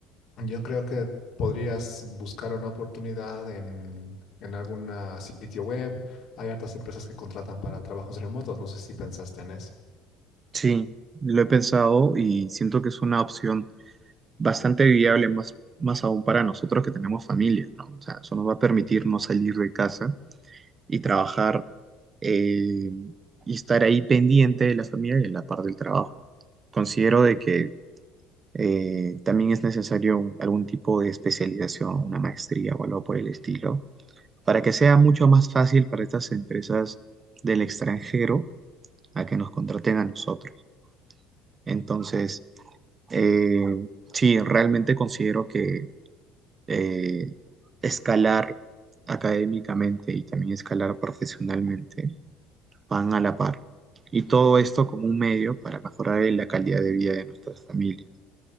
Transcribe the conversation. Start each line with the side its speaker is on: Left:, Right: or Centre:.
Left: Yo creo que podrías buscar una oportunidad en, en algún sitio web. Hay hartas empresas que contratan para trabajos remotos. No sé si pensaste en eso.
Right: Sí, lo he pensado y siento que es una opción bastante viable, más, más aún para nosotros que tenemos familia, ¿no? O sea, eso nos va a permitir no salir de casa y trabajar eh, y estar ahí pendiente de la familia y de la parte del trabajo. Considero de que eh, también es necesario un- algún tipo de especialización, una maestría o algo por el estilo, para que sea mucho más fácil para estas empresas del extranjero a que nos contraten a nosotros. Entonces, eh, sí, realmente considero que eh, escalar académicamente y también escalar profesionalmente van a la par. Y todo esto como un medio para mejorar la calidad de vida de nuestras familias.